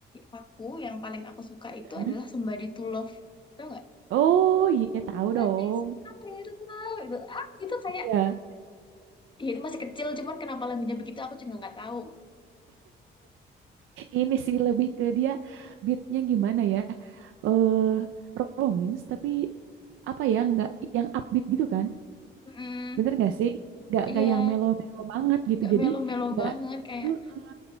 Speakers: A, on the left (about 25°); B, on the right (about 80°).
A: aku yang paling aku suka itu
B: heeh.
A: adalah Somebody to Love. Tau nggak?
B: Oh iya tahu dong.
A: Nanti Somebody to Love itu ah itu kayak
B: Iya,
A: ya itu masih kecil cuman kenapa lagunya begitu aku juga nggak tahu.
B: ini sih lebih ke dia beatnya gimana ya? Eh romance tapi apa ya nggak yang upbeat gitu kan?
A: Mm,
B: Bener nggak sih? Nggak
A: iya,
B: nggak yang melo-melo banget gitu.
A: nggak
B: Jadi
A: melo-melo
B: nggak.
A: banget kayak
B: Heeh.